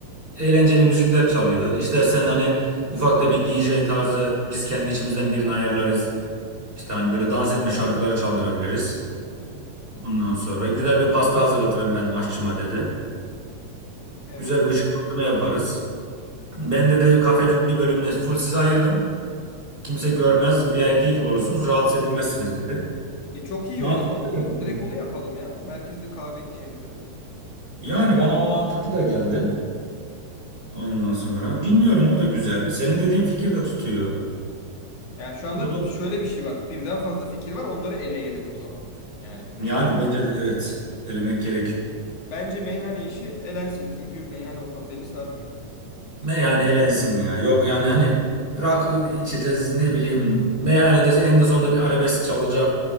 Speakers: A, on the right; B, on the left.
A: eğlenceli müzikler çalıyor. İstersen hani ufak da bir DJ tarzı biz kendi içimizden birini ayarlarız. İşte hani böyle dans etme şarkıları çaldırabiliriz.
B: Hı hı.
A: Ondan sonra güzel bir pasta hazırlatırım ben aşçıma dedi.
B: Evet.
A: Güzel bir ışıklandırma yaparız. Ben dedi kafenin bir bölümünü full size ayırırım. Kimse görmez. VIP gibi olursunuz. Rahatsız edilmezsiniz dedi.
B: E çok iyi
A: Mantıklı
B: o zaman onu
A: da geldi.
B: direkt onu yapalım ya merkezde kahve içeceğimize.
A: Yani bana o mantıklı da geldi. Ondan sonra bilmiyorum o da güzel. Senin dediğin fikir de tutuyor.
B: Yani şu anda
A: O da
B: şöyle bir şey var birden fazla fikir var onları eleyelim o zaman. Yani bunu
A: yani bence de evet elemek gerekiyor.
B: Bence meyhane işi elensin. Çünkü meyhane ortamı beni sarmıyor.
A: Meyhane elensin ya. Yok yani hani rakı içeceğiz ne bileyim. Meyhanede en de sonunda bir arabesk çalacak.